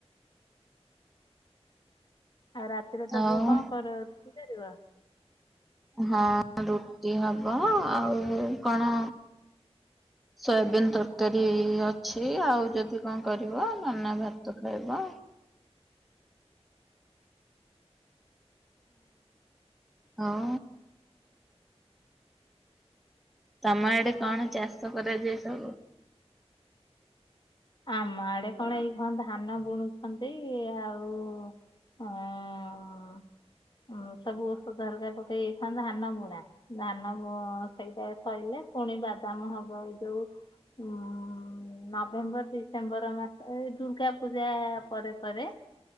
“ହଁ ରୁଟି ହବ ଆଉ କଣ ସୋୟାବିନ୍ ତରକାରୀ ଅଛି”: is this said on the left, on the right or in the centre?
Centre